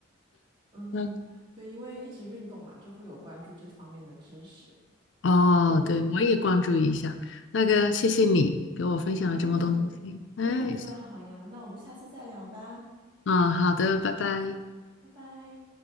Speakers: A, on the right; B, on the left.
A: 嗯，
B: 嗯，
A: 对，因为一直运动嘛，就会有关注这方面的知识。
B: 哦，
A: 嗯，
B: 对，我也关注一下。那个，谢谢你给我分享了这么多东西。
A: 没事。
B: 哎，
A: 对呀，对呀，好呀，那我们下次再聊吧，
B: 嗯，好的，拜拜。
A: 拜拜。